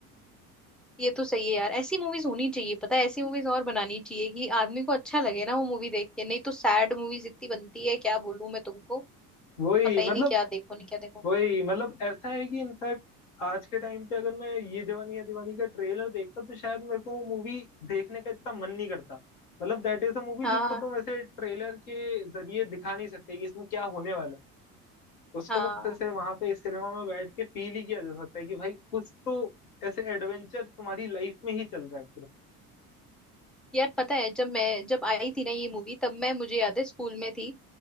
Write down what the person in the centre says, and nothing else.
ये तो सही है यार ऐसी मूवीज होनी चाहिए पता है ऐसी मूवीज और बनानी चाहिए कि आदमी को अच्छा लगे ना वो मूवी देख के नहीं तो सैड मूवीज इतनी बनती है क्या बोलूं मैं तुमको
पता
ही नहीं क्या देखो नहीं क्या देखो
हाँ
हाँ
यार पता है जब मैं जब आई थी ना ये मूवी तब मैं मुझे याद है स्कूल में थी